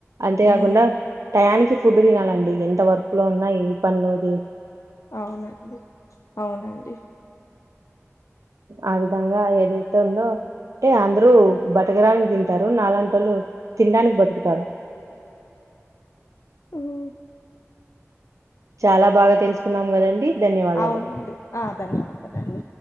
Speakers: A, on the right (about 85°); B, on the left (about 75°).
A: అంతే గాకుండా
B: ఊ
A: టయానికి ఫుడ్ దినాలండి <inaudible> టే వర్క్ లో ఉన్నా ఏ పనిలోది
B: అవునండి అవునండి
A: ఆ విధంగా ఏదైతే ఉందో టే అందరూ బతకడానికి తింటారు నాలాంటోళ్ళు తినడానికి బతుకుతారు
B: ఉమ్,
A: చాలా బాగా తెలుసుకున్నాం గదండి ధన్యవాదాలు
B: అవునండి ఆ ధన్యవాదాలండి